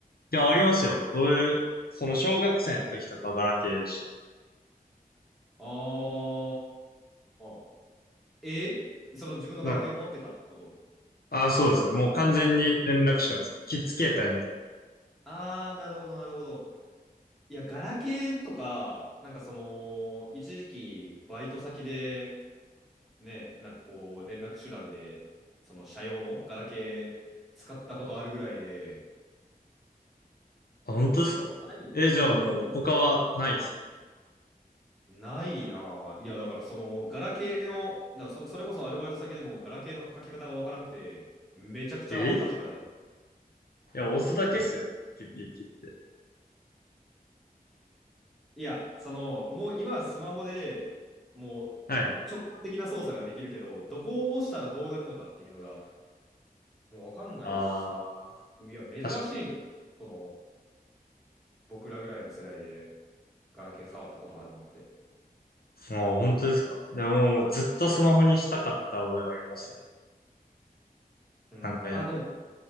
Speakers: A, on the left; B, in the centre.
A: いや、ありますよ。俺、その小学生の時とかはガラケーでした。
B: ああ。えその自分のガラケーを持ってたってこと
A: なんか、ああ、そうですね。もう完全に連絡手段です。キッズ携帯みたい
B: ああー、なるほど、なるほど。いや、ガラケーとか、なんかその、一時期、バイト先で、ね、なんかこう、連絡手段で、その、社用のガラケー使ったことあるぐらいで、
A: な。あ、本当ですかえ、
B: ない、
A: じゃあもう他はないですか
B: ないよな。ないなあ。いや、だからその、ガラケーの、だからそれ、それこそアルバイト先でも、ガラケーの書き方がわからんくて、めちゃくちゃ恥かいたもん。
A: えいや、押すだけっすよ。ピッピッピッって。
B: いや、その、もう今はスマホでもう
A: はい。
B: 直感的な操作ができるけど、どこを押したらどうなるのかっていうのがもうわかんないしさ、
A: ああ、
B: いや、珍しいんじゃないその、
A: 確かに。
B: 僕らぐらいの世代でガラケー触ったことあるのって。
A: もう本当ですか。でももうずっとスマホにしたかった覚えはありますね。
B: うん、
A: なんかやっぱ。
B: まあでも、